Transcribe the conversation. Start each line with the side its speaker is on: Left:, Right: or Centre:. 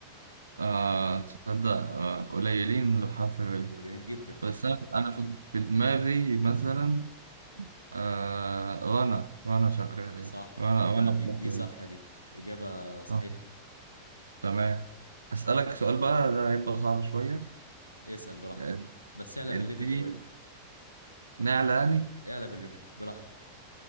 Right: آه تصدق آه قليلين لو حرف إيه
Left: قليلين جدا
Right: بس أنا أنا في في دماغي مثلا آه رنا رنا شغال يعني
Left: صح
Right: رنا
Left: لا
Right: رنا
Left: دي
Right: بحرف
Left: دي
Right: إيه
Left: صح دي اجابه صحيحه
Right: آه تمام أسألك سؤال بقى ده هيبقى صعب شوية
Left: اسال براحتك
Right: آه،
Left: بس اعلى
Right: اديني
Left: بالليفل شويه
Right: نعلاني
Left: اعلى بالليفل براحتك